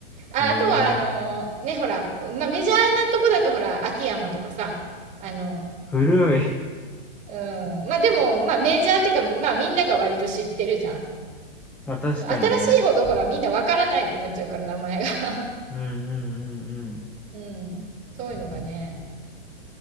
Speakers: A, on the right; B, in the centre.
A: あ、
B: へえ、
A: あとは、あのね、ほら、まあ、メジャーなとこだと、ほら、秋山とかさ、あの、
B: 古い。
A: うん。まあ、でも、まあ、メジャーっていうか、まあ、みんなが割と知ってるじゃん。
B: まあ確かにね。
A: その新しいほど、ほら、みんなわからなくなっちゃうから、名前が。
B: うんうんうんうん。
A: うん、そういうのがね。